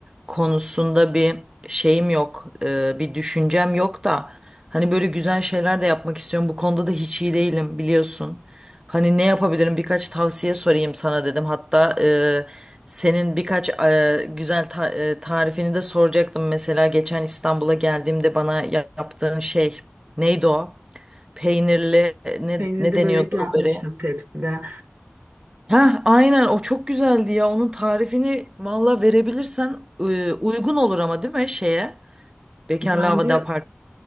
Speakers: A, on the right (about 20°); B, on the right (about 50°).
A: konusunda bir şeyim yok, e, bir düşüncem yok da hani böyle güzel şeyler de yapmak istiyorum. Bu konuda da hiç iyi değilim biliyorsun. Hani ne yapabilirim birkaç tavsiye sorayım sana dedim. Hatta e, senin birkaç e, güzel ta- e, tarifini de soracaktım. Mesela geçen İstanbul'a geldiğimde bana ya- yaptığın şey neydi o? Peynirli e, ne,
B: Peynirli
A: ne deniyordu
B: börek yapmıştım
A: o böreğe?
B: tepside.
A: Heh, aynen o çok güzeldi ya. Onun tarifini valla verebilirsen e, uygun olur ama değil mi şeye? Bekarlı
B: Bence
A: Havada Apart.